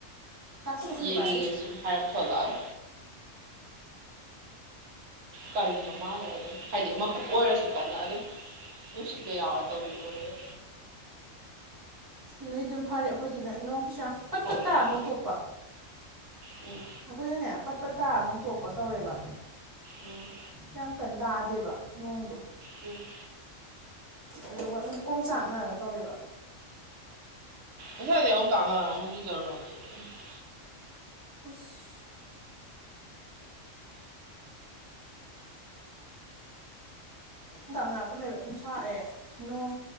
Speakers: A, on the right; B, on the right.
A: ꯇꯥꯁꯅꯨ ꯀꯩꯁꯨ
B: ꯌꯦꯡꯉꯒꯦꯁꯤ
A: ꯀꯥꯏꯗꯦ
B: ꯐꯔꯞ ꯊꯂ <unintelligible> ꯀꯔꯤꯅꯣ ꯃꯥꯜꯂꯦ <unintelligible> ꯑꯗꯨꯝ ꯍꯥꯏꯗꯤ ꯃꯀꯨꯞ ꯑꯣꯏꯔꯁꯨ ꯀꯟꯅ ꯑꯗꯨꯝ ꯅꯨꯡꯁꯤꯠꯀ ꯌꯥꯎꯔ ꯇꯧꯕꯤꯑꯣꯌ‌ꯦ
A: ꯅꯣꯏ ꯑꯗꯨꯝ ꯐꯔꯤ ꯑꯩꯈꯣꯏꯗꯨꯅ‌ ꯅꯣꯡ ꯀꯩꯁꯨ ꯌꯥꯝ ꯄꯠ
B: ꯍꯧꯗ
A: ꯄꯠ ꯇꯥꯔꯝꯃ
B: ꯌꯥꯝ
A: ꯇꯣꯛꯄ
B: ꯎꯝ
A: ꯑꯩꯈꯣꯏꯅꯅꯦ ꯄꯠ ꯄꯠ ꯇꯥꯔꯝꯃ ꯇꯣꯛꯄ ꯇꯧꯋꯦꯕ
B: ꯎꯝ
A: ꯌꯥꯝ ꯀꯟꯅ ꯇꯥꯗꯦꯕ ꯅꯣꯡꯗꯣ
B: ꯎꯝ
A: ꯑꯗꯨꯒ ꯑꯗꯨꯝ ꯑꯣꯝ ꯆꯥꯛꯅꯔꯒ ꯇꯧꯋꯦꯕ
B: ꯎꯁꯥꯏꯗ ꯇꯥꯡꯉꯨ ꯆꯔꯨꯔꯥꯏꯗ <unintelligible>
A: ꯏꯁ ꯍꯗꯥꯛ ꯉꯔ ꯑꯗꯨꯝ ꯂꯩꯕ ꯑꯗꯨꯝ ꯁꯔꯑꯦ <unintelligible> ꯅꯣꯡ